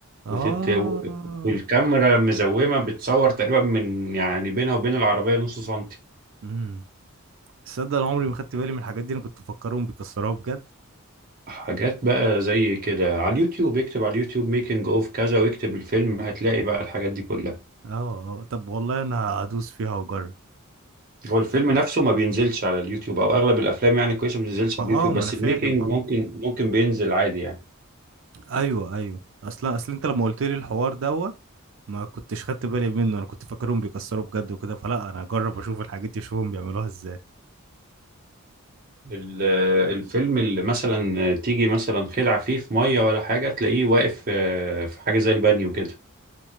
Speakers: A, on the right (about 60°); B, on the right (about 40°).
A: اه
B: وتت... والكاميرا مزومة بتصور تقريبا من يعني بينها وبين العربية نص سنتي
A: امم تصدق انا عمري ما خدت بالي من الحاجات دي انا كنت مفكرهم بيكسروها بجد
B: حاجات بقى زي كده على اليوتيوب اكتب على اليوتيوب ميكنج اوف كذا واكتب الفيلم هتلاقي بقى الحاجات دي كلها
A: اه اه طب والله انا هدوس فيها واجرب
B: هو الفيلم نفسه ما بينزلش على اليوتيوب او اغلب الافلام يعني كويسة ما بتنزلش
A: ما-
B: على
A: اه
B: اليوتيوب
A: ما
B: بس
A: انا فاهم
B: الميكنج
A: آه.
B: ممكن ممكن بينزل عادي يعني
A: ايوه ايوه اصلا اصل انت لما قلت لي الحوار دوت ما كنتش خدت بالي منه انا كنت فاكرهم بيكسروا بجد وكده فلا انا هجرب اشوف الحاجات دي اشوفهم بيعملوها ازاي
B: ال- الفيلم اللي مثلا تيجي مثلا خدعة فيه في مية ولا حاجة تلاقيه واقف آه، في حاجة زي البانيو كده